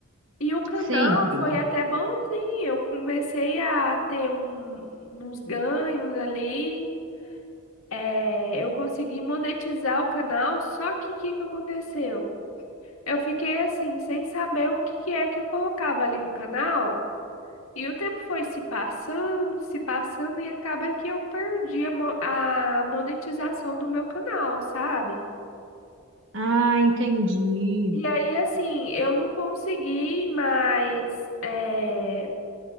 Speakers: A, on the left; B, on the right.
A: E o canal
B: Sim, prima.
A: foi até bonzinho. Eu comecei a ter um- uns ganhos ali. é, eu consegui monetizar o canal, só que o que que aconteceu? Eu fiquei assim, sem saber o que é que eu colocava ali no canal, e o tempo foi se passando, se passando, e acaba que eu perdi a, mo- a monetização do meu canal, sabe?
B: Ah, entendi.
A: E aí, assim, eu não consegui mais, é,